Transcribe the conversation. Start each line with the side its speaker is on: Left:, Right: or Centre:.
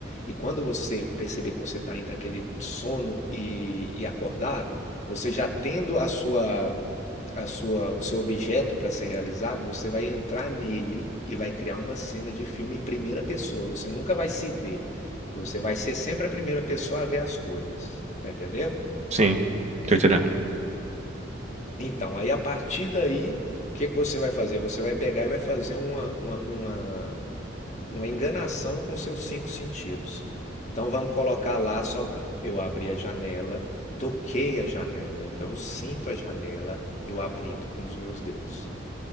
Left: E quando você perceber que você está entre aquele sono e, e acordado, você já tendo a sua, a sua, o seu objeto para ser realizado, você vai entrar nele e vai criar uma cena de filme em primeira pessoa. Você nunca vai se ver. Você vai ser sempre a primeira pessoa a ver as coisas. Tá entendendo?
Right: sim. Tô entendendo.
Left: Então, aí a partir daí, o que que você vai fazer? Você vai pegar e vai fazer uma, uma, uma, uma enganação com seus cinco sentidos. Então, vamos colocar lá Sobral. Eu abri a janela, toquei a janela. Então, eu sinto a janela eu abrindo com os meus dedos.